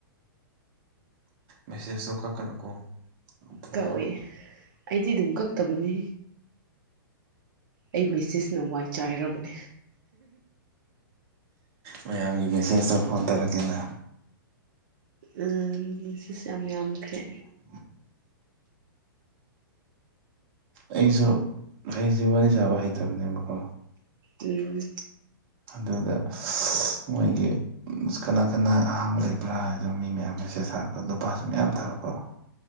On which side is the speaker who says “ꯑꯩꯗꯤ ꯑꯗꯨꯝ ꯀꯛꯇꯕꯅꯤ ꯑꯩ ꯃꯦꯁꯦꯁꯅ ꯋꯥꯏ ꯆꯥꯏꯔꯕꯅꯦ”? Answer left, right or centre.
Right